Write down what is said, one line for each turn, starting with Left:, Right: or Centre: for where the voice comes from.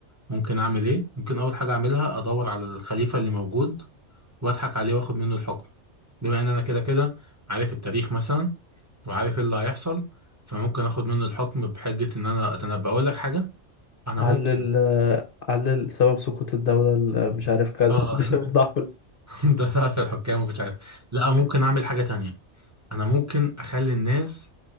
Right: ممكن اعمل ايه ممكن اول حاجه اعملها ادور على الخليفه اللي موجود واضحك عليه واخد منه الحكم بما ان انا كده كده عارف التاريخ مثلا وعارف ايه اللي هيحصل فممكن اخد منه الحكم بحجه ان انا اتنبأ اقول لك حاجه انا
Left: علل
Right: ممكن
Left: علل سبب سقوط الدولة ال- مش عارف كذا
Right: اه
Left: <laughs> بسبب ضعف
Right: <laughs> ده تعرف الحكام ومش عارف لا ممكن اعمل حاجه تانية انا ممكن اخلي الناس